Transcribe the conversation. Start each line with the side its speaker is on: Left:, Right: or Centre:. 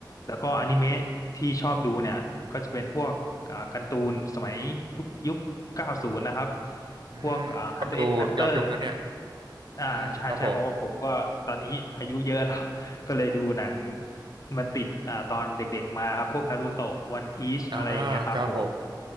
Left: แล้วก็อนิเมะที่ชอบดูเนี่ยก็จะเป็นพวกอ่าการ์ตูนสมัยยุคยุคเก้าศูนย์นะครับ
Right: อืมกดูย้อนยุคนั้นเนี่ย
Left: พวกอ่า Hunter x Hunter
Right: อืมครับผม
Left: อ่าใช่ใช่เพราะว่าผมก็ตอนนี้อายุเยอะแล้ว <laughs> ก็เลยดูหนังมันติดอ่าตอนเด็กๆมาครับพวกนารูโตะวันพีชอะไรอย่างเงี้ยครับผม
Right: อ่าครับผม